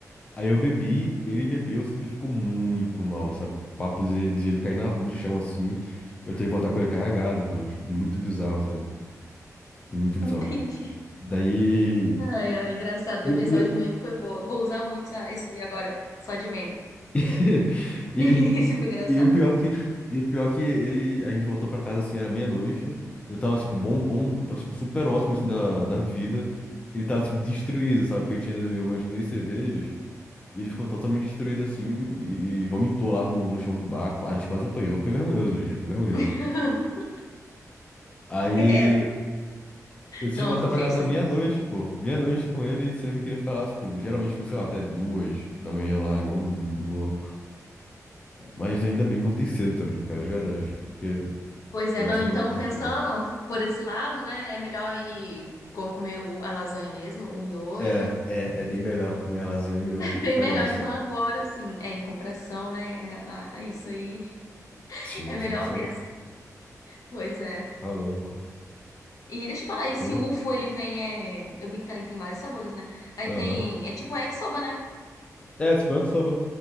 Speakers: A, on the left; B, on the left.
A: Aí eu bebi, ele bebeu, só que ele ficou muito mal, sabe? Papo de, de ele cair na, no chão assim. Eu tenho que voltar com ele carregado, velho. Tipo, muito bizarro, sabe? Muito bizarro.
B: Entendi.
A: Daí.
B: Ai, ai, engraçado.
A: E,
B: bebê
A: eu- e
B: só
A: eu-
B: de meme foi boa. Eu Vou usar muito essa- esse dia agora, só de meme.
A: <laughs> E,
B: <laughs> Esse foi engraçado.
A: e o pior que, e o pior que ele, a gente voltou pra casa assim, era meia-noite. Eu tava tipo bom, bom, tava tipo super ótimo assim da, da vida. Ele tava tipo destruído, sabe? Porque a gente ainda bebeu umas duas cervejas. E ele ficou totalmente destruído assim e, e vomitou lá no, no chão do bar. A gente quase apanhou. Foi vergonhoso o dia, foi vergonhoso.
B: <laughs>
A: Aí
B: Credo.
A: eu decidi
B: Não,
A: voltar pra
B: gente,
A: casa
B: vocês
A: meia-noite,
B: não.
A: pô. Meia-noite com ele, sendo que eu queria ficar lá, tipo, geralmente fico, sei lá, até duas da manhã lá, igual um um louco. Mas ainda bem que eu voltei cedo também, cara, de verdade. Porque
B: Pois é,
A: tô
B: não.
A: gastando
B: Então,
A: muito
B: pensando
A: dinheiro.
B: por esse lado, né? É melhor ir co- comer o- a lasanha mesmo, o miojo.
A: É, é, é bem melhor comer a lasanha e miojo do que
B: Bem
A: ficar
B: melhor,
A: nessa.
B: então agora sim, é em comparação, né? é, a- a isso aí <laughs>
A: Sim,
B: é melhor
A: cem por cento.
B: mesmo. Pois é.
A: Tá louco.
B: E deixa eu falar, esse
A: Oi?
B: UFO ele vem é, eu vi que tá, tem vários sabores, né? Aí
A: Aham.
B: tem, é tipo yakisoba, né?
A: É, tipo, é que soba.